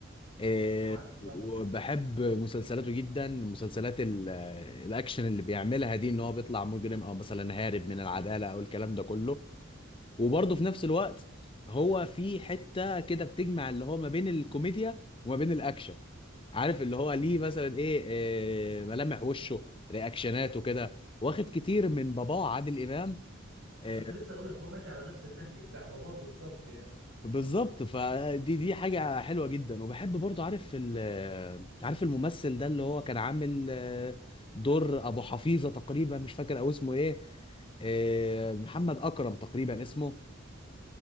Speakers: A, on the left; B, on the right.
A: إيه،
B: عارفه طبعا
A: وبحب مسلسلاته جدا مسلسلات ال- الاكشن اللي بيعملها دي ان هو بيطلع مجرم او مثلا هارب من العداله او الكلام ده كله وبرضه في نفس الوقت هو في حته كده بتجمع اللي هو ما بين الكوميديا وما بين الاكشن عارف اللي هو ليه مثلا ايه إيه، ملامح وشه رياكشناته كده واخد كتير من باباه عادل امام آه،
B: وكنت لسه اقول لك هو ماشي على نفس النهج بتاع باباه بالظبط يعني
A: بالظبط فدي دي حاجة حلوة جدا وبحب برضو عارف ال- عارف الممثل ده اللي هو كان عامل آه، دور أبو حفيظة تقريبا مش فاكر أو اسمه إيه آه، محمد أكرم تقريبا اسمه